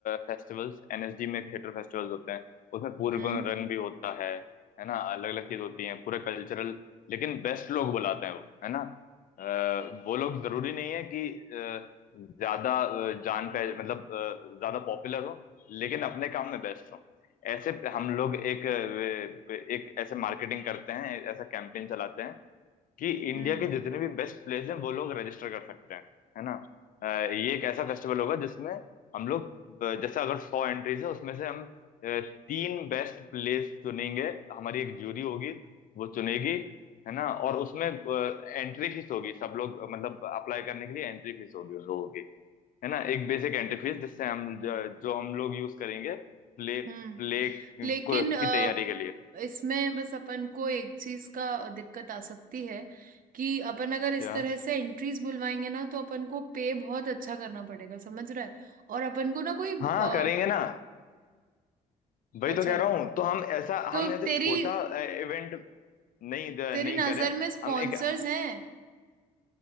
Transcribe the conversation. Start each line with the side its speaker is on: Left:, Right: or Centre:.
Left: फेस्टिवल्स एनएसडी में थिएटर फेस्टिवल्स होते हैं उसमें पूरे
Right: हम्म
Left: रंग भी होता है है ना अलग अलग चीज होती है पूरा कल्चरल लेकिन बेस्ट लोग बुलाते हैं वो है ना अ, वो लोग जरूरी नहीं है कि अ, ज्यादा अ, जान पह मतलब अ, ज्यादा पॉपुलर हो लेकिन अपने काम में बेस्ट हो ऐसे हम लोग एक अ, एक ऐसे मार्केटिंग करते हैं ऐसा कैंपेन चलाते हैं कि इंडिया
Right: हम्म
Left: के जितने भी बेस्ट प्लेयर्स हैं वो लोग रजिस्टर कर सकते हैं है ना अ, ये एक ऐसा फेस्टिवल होगा जिसमें हम लोग अ, जैसे अगर सौ एंट्रीज है उसमें से हम अ, तीन बेस्ट प्लेयर्स चुनेंगे हमारी एक जूरी होगी वो चुनेगी है ना और उसमें एंट्री फीस होगी सब लोग अ, मतलब अप्लाई करने के लिए एंट्री फीस होगी उन लोगों की है ना एक बेसिक एंट्री फीस जिससे हम जो, जो हम लोग यूज करेंगे प्ले
Right: हम्म
Left: प्ले की
Right: लेकिन अ,
Left: तैयारी के लिए
Right: इसमें बस अपन को एक चीज का दिक्कत आ सकती है कि अपन अगर इस
Left: क्या
Right: तरह से एंट्रीज बुलवाएंगे ना तो अपन को पे बहुत अच्छा करना पड़ेगा समझ रहा है और अपन को ना कोई
Left: हाँ
Right: अ,
Left: करेंगे ना वही
Right: अच्छा
Left: तो कह रहा हूँ तो हम ऐसा
Right: तो
Left: हम ऐसे
Right: तेरी
Left: छोटा इवेंट नहीं
Right: तेरी
Left: नहीं
Right: नजर
Left: करें
Right: में स्पॉन्सर्स
Left: हम एक
Right: हैं